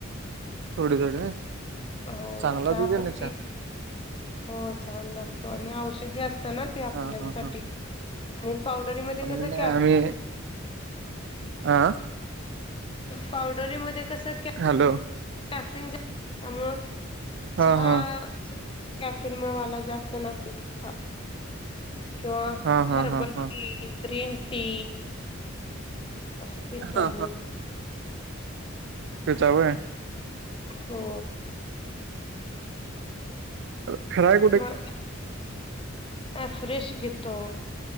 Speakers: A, on the right; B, on the left.
A: थोडे थोडे
B: हो
A: चांगलं
B: चहापत्ती
A: होत क नाही.
B: हो छान लागतो आणि औषधी असत ना ते आपल्यासाठीठी
A: हा हा हा
B: आणि पावडरीमध्ये
A: आम्ही
B: कस
A: नाही
B: कफ.
A: आम्ही हा
B: पावडरी म कस.
A: हॅलो.
B: कॅफिन त्यामु
A: हा
B: चहा
A: हा
B: कॅफेनमुळे मला जास्त ना भता किंवा
A: हा हा
B: हर्बल
A: हा हा
B: टी ग्रीन टी असस पीवा
A: हा
B: म
A: तेचावय
B: हो.
A: खराय.
B: किंवा अ फ्रेश घेतो.